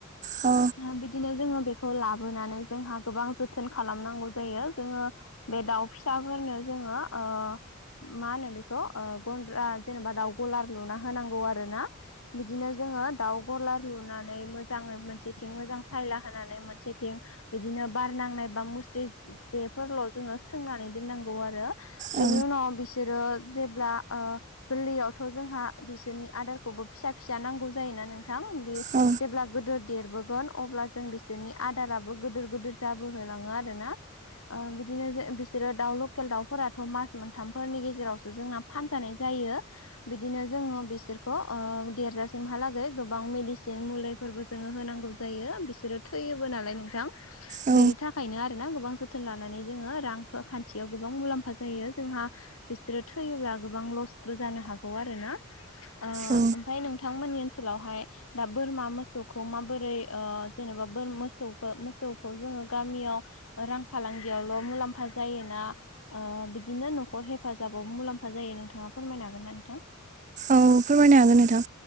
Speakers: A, on the right; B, on the left.
A: ओ
B: आ बिदिनो जोङो बेखौ लाबोनानै जोंहा गोबां जोथोन खालामनांगौ जायो। जोङो बे दाउ फिसाफोरनो जोङो ओ मा होनो बेखौ ओ गन्द्रा जेनेबा दाउ गलार लुना होनांगौ आरो ना। बिदिनो जोङो दाउ गला लुनानै मोजाङै मोनसेथिं मोजां सायला होनानै मोनसेथिं बिदिनो बार नांनाय बा मुस्रि जेफोरल' जोङो सोंनानै दोननांगौ आरो
A: औ
B: बेनि उनाव बिस सोरो जेब्ला गोरलैयावथ' जोंहा बिसोरनि आदारखौबो फिसा फिसा नांगौ जायोना नोंथां। बे
A: औ
B: जेब्ला गोदोर देरबोगोन अब्ला जों बिसोरनि आदाराबो गिदोर गिदिर जाबोहलाङो आरो ना। ओ बिदिनो बिसोरो दाउ लकेल दाउफोराथ मास मोनथाम फोरनि गेजेरावसो जोंना फानजानाय जायो। बिदिनो जोङो बिसोरखौ ओ देरजासिमहालागै गोबां मेडिसिन मुलि फोरबो जोङो होनांगौ जायो बिसोरो थैयोबो नालाय नोंथां।
A: औ
B: बेनि था खायनो आरो ना गोबां जोथोन लानानै जोङो रां खान्थियाव गोबां मुलाम्फा जायो। जोंहा बिसोरो थैयोब्ला गोबां लसबो जानो हागौ आरो ना। ओ
A: औ
B: ओमफाय नोंथांमोननि ओनसोलावहाय दा बोरमा मोसौखौ माबोरै ओ जेनेबा मोसौ मोसौखौ जोङो गामियाव रां फालांगियावल' मुलाम्फा जायोना ओ बिदिनो न' खर हेफाजाबाव मुलाम्फा जायो नोंथाङा फोरमायनो हागोन ना नोंथां?
A: औ फोरमायनो हागोन नोंथां।